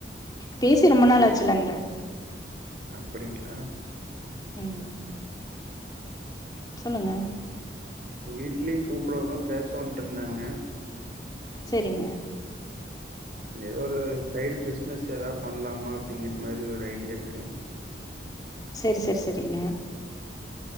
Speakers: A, on the left; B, on the right.
A: பேசி ரொம்ப நாளு ஆச்சுலங்ளே
B: அப்டிங்ளா
A: ம் சொல்லுங்க
B: வீட்லயு கூப்டோனு பேசோனுட்ருந்தாங்க
A: சேரிங்க
B: ஏதோ ஒரு சைடு பிஸ்னஸ் எதாவ்து பண்லாமா அப்டிங்கறது மாரி ஒரு ஐடியா இருக்குங்
A: செரி செரி செரி செரிங்க